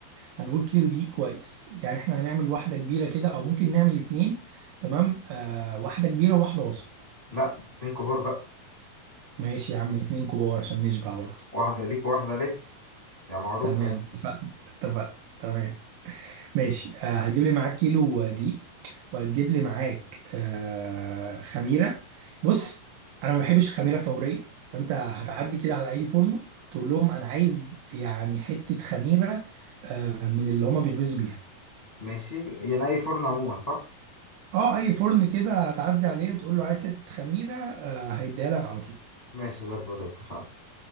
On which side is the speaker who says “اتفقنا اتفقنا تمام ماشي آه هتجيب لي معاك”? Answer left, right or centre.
Right